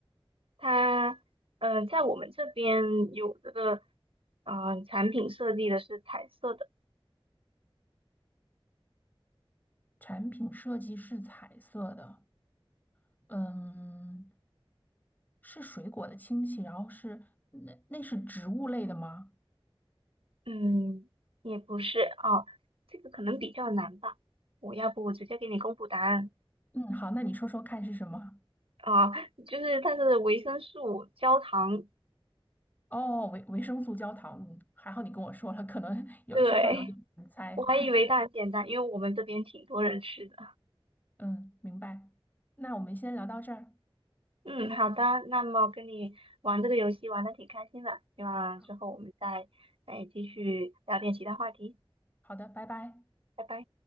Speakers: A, on the right (about 75°); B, on the left (about 20°).
A: 它，嗯，在我们这边有这个，呃，产品设计的是彩色的，
B: 产品设计是彩色的。嗯，是水果的亲戚，然后是那那是植物类的吗？
A: 嗯，也不是啊，这个可能比较难吧。我要不我直接给你公布答案
B: 嗯，好，那你说说看是什么？
A: 啊，就是它是维生素焦糖，
B: 哦，维维生素焦糖。嗯，还好你跟我说了，可能 <laughs> 有稍稍有点难猜。
A: 对，我还以为它很简单，因为我们这边挺多人吃的。
B: <laughs> 嗯，明白。那我们先聊到这儿。
A: 嗯，好的，那么跟你玩这个游戏玩的挺开心的，希望之后我们再再继续聊点其他话题，
B: 好，好的，拜拜。
A: 拜拜。